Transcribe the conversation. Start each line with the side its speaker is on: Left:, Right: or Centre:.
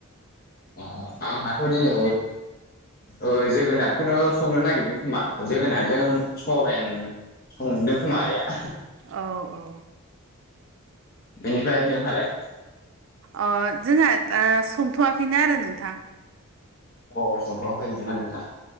Left: अ आं हाथदिनै ओ जोगोनारखौनो संनो नागिरदों खोमा जोगोनारजों सभेन सन्दों खोमा आइआ
Right: औ औ
Left: बिनिफ्राय नोंहालाय?
Right: अह जोंहा दा संथ'वाखैनो आरो नोंथां।
Left: अ संथ'आखै बिदिबा नोंथां?